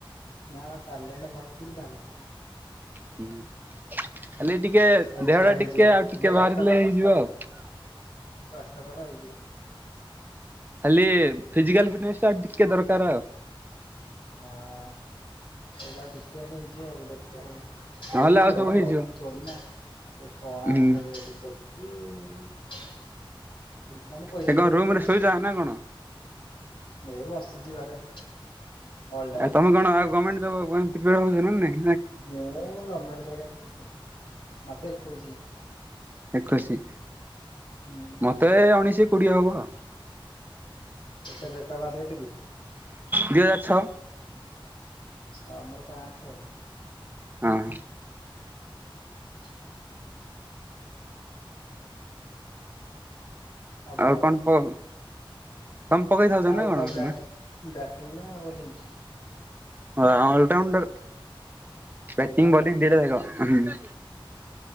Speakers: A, on the left; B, on the right.
A: ନା ଟ୍ୟାଲେଣ୍ଟ ଭରପୁରୁ ତାହାଲେ।
B: ହୁଁ। ଖାଲି ଟିକେ
A: ହେଇଯିବ
B: ଦେହ ଟା
A: ହେଇଯିବ
B: ଟିକେ ଆଉ ଟିକେ
A: କଷ୍ଟ
B: ବାହାରିଲେ ହେଇଯିବ ଆଉ।
A: କଷ୍ଟକର ହେଇଯିବ।
B: ଖାଲି ଫିଜିକାଲ ଫିଟନେସ ଟା ଆଉ ଟିକେ ଦରକାର ଆଉ।
A: ହଁ ସେଇଟା ଆଉ ଟିକେ ହେଲେ ହେଇଯିବ ଆଉ ଦେଖ ଆଉ। ହେଇଯିବ
B: ନହେଲେ ଆଉ
A: ମ
B: ହେଇଯିବ।
A: ସବୁ ଥୋଡି ନା ଏ ଅଣାଅଶୀ
B: ହୁଁ
A: ନେବେ ଟିକେ। ଉଁ। ସେମାନେ ପଇସା
B: ଏ
A: ଫଇସା
B: କଣ ରୁମ
A: ଟିକେ ପେଲଦବୁ।
B: ରେ ଶୋଇଛ ନା କଣ?
A: ଏ ବସିଛି ଘରେ। ହଲଟାରେ
B: ଆଉ ତମେ କଣ ଆଉ ଗମେଣ୍ଟ ଜବ ପାଇଁ ହଉଚ ନା ନାଇ।
A: ମୁଁ ଗମେଣ୍ଟ ଜବ <unintelligible> ମତେ ଏକୋଇଶି।
B: ଏକୋଇଶି
A: ହୁଁ
B: ମତେ ଅଣେଇଶି କୋଡିଏ ହବ ଆଉ।
A: କେତେ ଡେଟ ଅଫ ବାଥ କେତେ କି?
B: ଦି ହଜାର ଛଅ
A: ଛ ମୋର ପାଞ୍ଚେ ଆଉ।
B: ହଁ।
A: <inaudible> ହବ
B: ଆଉ
A: ହବ
B: କଣ ପ ତମେ ପକେଇଥାଉଛ
A: ଆଉ
B: ନା କଣ
A: ତମେ ବାଟି
B: ନା?
A: ବ୍ୟାଟିଂ ନା ବୋଲିଂ?
B: ହ ଅଲରାଉଁଣ୍ଡର୍ ବ୍ୟାଟିଂ
A: ଅଲରାଉଣ୍ଡର
B: ବୋଲିଂ ଦିଟା ଯାଙ୍କ